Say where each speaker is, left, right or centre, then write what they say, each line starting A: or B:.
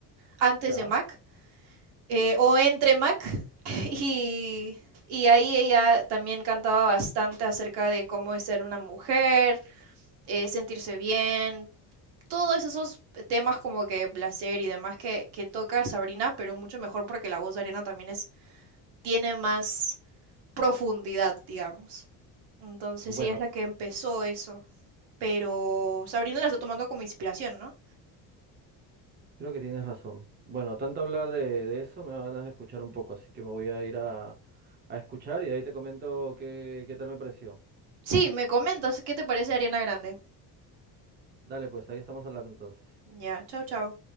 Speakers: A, on the right; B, on the right.
A: antes
B: Ya,
A: de Mac eh, o entre Mac <laughs> y, y ahí ella también cantaba bastante acerca de cómo es ser una mujer, eh, sentirse bien, todos esos temas como que placer y demás que, que toca Sabrina, pero mucho mejor porque la voz de Ariana también es, tiene más profundidad, digamos. Entonces
B: bueno,
A: ella es la que empezó eso, pero Sabrina la está tomando como inspiración, ¿no?
B: creo que tienes razón. Bueno, tanto hablar de, de eso me da ganas de escuchar un poco, así que me voy a ir a, a escuchar y de ahí te comento qué, qué tal me pareció.
A: Sí, me comentas, ¿qué te parece Ariana Grande?
B: Dale, pues, ahí estamos hablando entonces.
A: Ya, chau, chau.